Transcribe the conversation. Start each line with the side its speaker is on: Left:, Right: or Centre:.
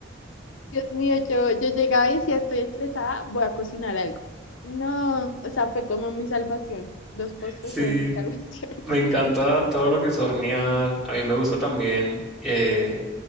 Left: Dios mío, yo, yo llegaba y decía, estoy estresada, voy a cocinar algo. No, o sea, fue como mi salvación. Los postres
Centre: Sí,
Left: fueron mi salvación. <laughs>
Centre: me encanta todo lo que es hornear. A mí me gusta también, eh,